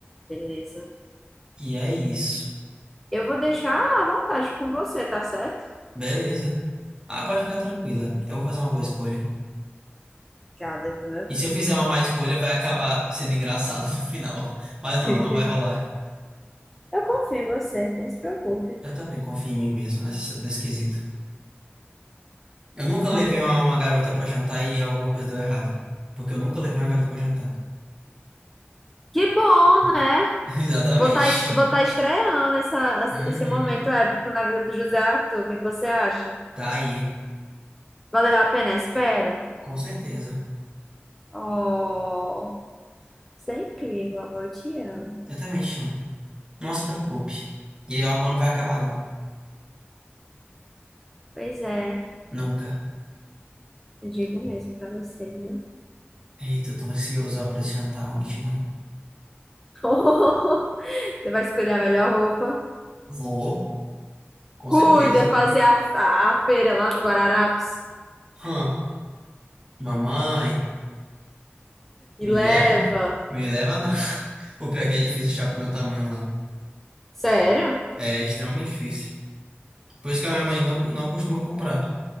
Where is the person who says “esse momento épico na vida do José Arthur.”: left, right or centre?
Centre